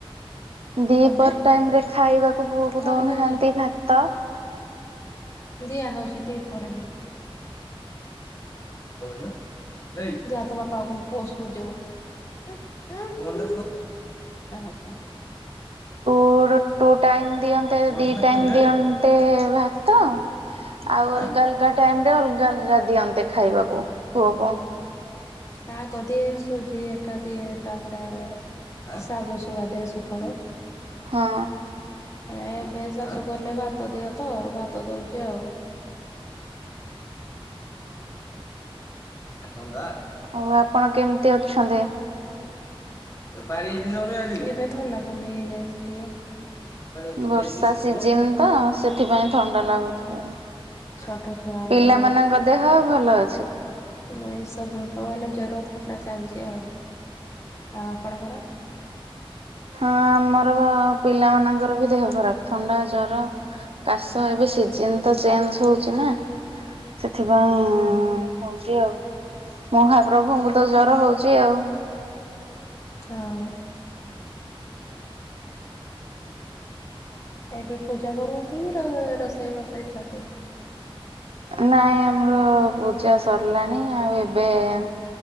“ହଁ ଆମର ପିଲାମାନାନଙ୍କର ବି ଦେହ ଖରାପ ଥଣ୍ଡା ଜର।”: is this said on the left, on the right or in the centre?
Right